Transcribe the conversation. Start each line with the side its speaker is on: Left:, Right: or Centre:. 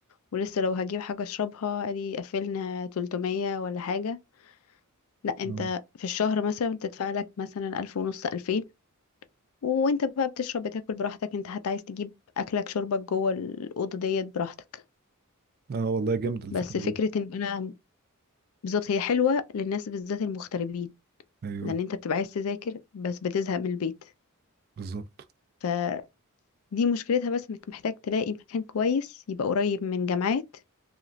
Left: ولسه لو هجيب حاجة اشربها ادي قفلنا 300 ولا حاجة لا انت
Right: اه
Left: في الشهر مثلا بتدفع لك مثلا ألف ونص ألفين وانت بقى بتشرب بتاكل براحتك انت حتى عايز تجيب اكلك شربك جوه الاوضه ديت براحتك
Right: اه والله جامدة الفكرة
Left: بس فكره
Right: دي
Left: ان انا بالظبط هي حلوه للناس بالذات المغتربين
Right: ايوه
Left: لان انت بتبقى عايز تذاكر بس بتزهق من البيت
Right: بالظبط
Left: فدي مشكلتها بس انك محتاج تلاقي مكان كويس يبقى قريب من جامعات